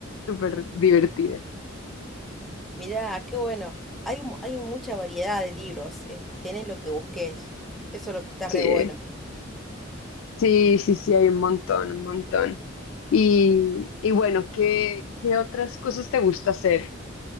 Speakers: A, on the left; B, in the centre.
A: súper divertida.
B: mirá, qué bueno. Hay, mu- hay mucha variedad de libros. eh, tenés lo que busques. Eso es lo que está
A: Sí,
B: re bueno.
A: sí, sí, sí, hay un montón, un montón. Y, y bueno, ¿qué, qué otras cosas te gusta hacer?